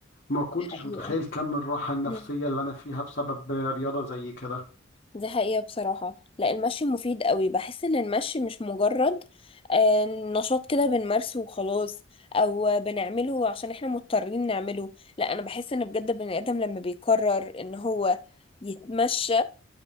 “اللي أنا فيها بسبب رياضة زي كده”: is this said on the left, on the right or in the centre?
Left